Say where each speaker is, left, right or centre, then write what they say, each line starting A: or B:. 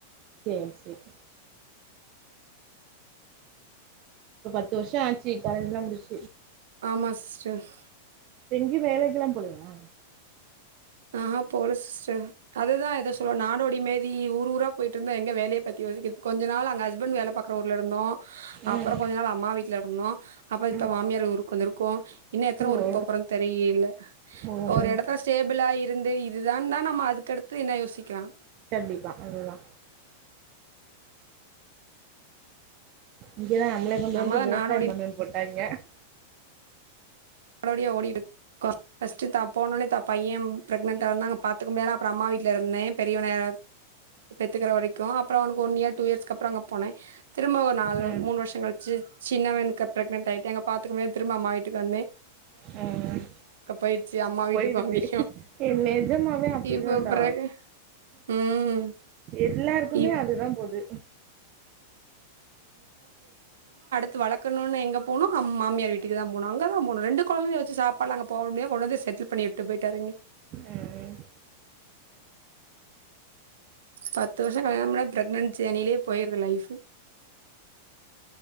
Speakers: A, on the right; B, on the right.
A: சேர் சேரி ஒரு பத்து வருஷம் ஆச்சு காலேஜ் எல்லா முடிச்
B: ஆமா சிஸ்டஸ்
A: எங்கியு வேலகெல்லா போலயா
B: ஆ ஹா போல சிஸ் டர் அதுதா எத சொல்லுவா நாடோடி மேரி ஊர் ஊரா போயிட்ருந்தா எங்க வேலய பத்தி யோசிக்கது கொஞ்ச நாள் அங்க ஹஸ்பண்ட் வேலைபாக்கற ஊர்ல இருந்தோம்
A: ம்
B: அப்ற கொஞ்ச நாள் அம்மா வீட்ல இருந்தோம் அப்ற இப்ப
A: ம்
B: மாமியார் ஊருக்கு வந்துருக் கோ இன்னு எத்தன ஊருக்கு
A: ஓ
B: போப் போறோன்னு தெரியகல
A: ஓ
B: ஒரு
A: ம்
B: எடத்துல ஸ்டே அப்புலா இருந்தே இ இதுதா தான் நம்ம அதுக்கடுத் து என்ன யோசிக்கிறான்
A: கண்டிப்பா அவ்ளோதா இங்கதான் நம்ள கொண்டு
B: நம்மதா
A: வந்து விவசாயம்
B: நாடோடி
A: பண்ணுன்னு போட்டாங்க
B: நாடோடிய ஓடி கோ பஸ்ட் தா போனோன தப் பையன் பிரெக்னட்டா இருந்தங்க பாத்து முடியாதுன் அப்ற அம்மா வீட் ல இருந்தேன் பெரியவன பெத்துக்கிற வரைக்கும் அப்ற அவனுக்கு ஒன் இயர் டூ இயர்ஸ்கு அப்ற அங்க போனேன் திரும்ப ஒரு நால
A: ம்
B: மூணு வருஷ கழிச்சு சின்னவனுக்கு பிரெக்னன்ட் ஆயிட்டே அங்க பாத்துக்குமே திரும்ப அம்மா வீட்டுக்கு வந்
A: ம்
B: போயிருச்சு அம்மா வீட்டுக்கு
A: போயிருச்சு
B: அங்கேயு
A: ஏ நெஜமாவே அப்டி
B: இப்ப
A: தான்டா
B: பிறகு ம்
A: எல்லாருக்குமே
B: இப்
A: அதுதான் போது
B: து வளக் குனுனா எங்க போனு அம் மாமியார் வீட்டுக்கு தான போணு அங்க தா போணு ரெண்டு கொழந்தய வச்சு சாப் அப்ப நாங்க போணுமே கொண்டு வந்த செட்டில் பண்ணி உட்டு போயிட்டாரு
A: ம் ம்
B: பத்து வருஷம் கல்யாணம் பண்ணா பிரக்னன்ட் ஜெணிலே போயிருது லைஃப்